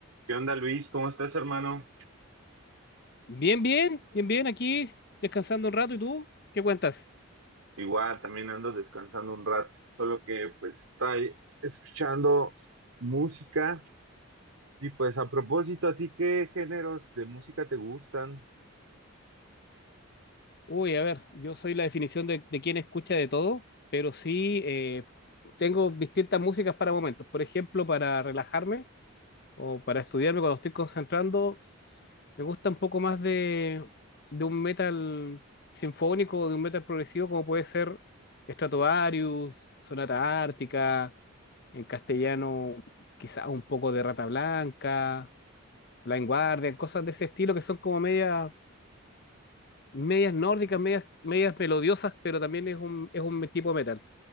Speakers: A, on the right (about 80°); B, on the left (about 50°).
A: ¿Qué onda, Luis? ¿Cómo estás, hermano?
B: Bien, bien, bien, bien, aquí descansando un rato. ¿Y tú? ¿Qué cuentas?
A: Igual, también ando descansando un rato, solo que pues está escuchando música y pues a propósito, ¿a ti qué géneros de música te gustan?
B: Uy, a ver, yo soy la definición de, de quien escucha de todo, pero sí eh, tengo distintas músicas para momentos. Por ejemplo, para relajarme o para estudiarme cuando estoy concentrando, me gusta un poco más de, de un metal sinfónico o de un metal progresivo, como puede ser Stratovarius, Sonata Ártica, en castellano quizá un poco de Rata Blanca Blind Guardian, cosas de ese estilo que son como medias, medias nórdicas, medias, medias melodiosas, pero también es un, es un tipo de metal.